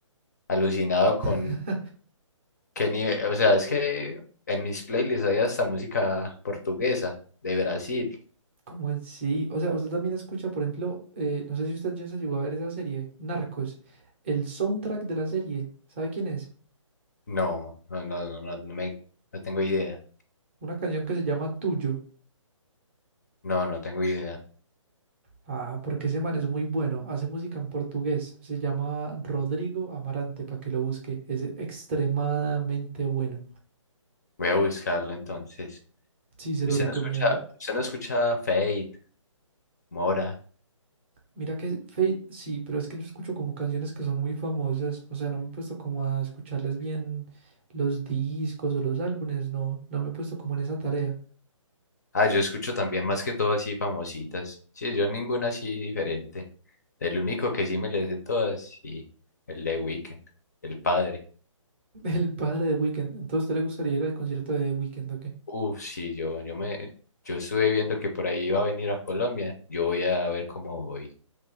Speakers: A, on the left (about 30°); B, on the right (about 20°).
A: alucinado
B: <laughs>
A: con Qué nivel, o sea, es que en mis playlists hay hasta música portuguesa de Brasil.
B: ¿Cómo así? O sea, usted también escucha, por ejemplo, eh, no sé si usted ya se llegó a ver esa serie, Narcos. El soundtrack de la serie, ¿sabe quién es?
A: No, no, no, no, no, no me, no tengo idea.
B: Una canción que se llama Tuyo.
A: No, no tengo idea.
B: Ah, porque ese man es muy bueno. Hace música en portugués. Se llama Rodrigo Amarante, para que lo busque. Es extremadamente bueno.
A: Voy a buscarlo entonces.
B: Sí, se
A: ¿Usted
B: lo recomiendo.
A: no escucha, usted no escucha Fate, Mora?
B: Mira que Fate, sí, pero es que yo escucho como canciones que son muy famosas. O sea, no me he puesto como a escucharles bien los discos o los álbumes. No, no me he puesto como en esa tarea.
A: Ah, yo escucho también más que todo así famositas. Sí, yo ninguna así diferente. El único que sí me le sé todas, sí, el de Weekend, el padre.
B: <laughs> El padre de Weekend. Entonces, ¿usted le gustaría ir al concierto de Weekend o qué?
A: Uf, sí, yo, yo me, yo estuve viendo que por ahí iba a venir a Colombia. Yo voy a ver cómo voy.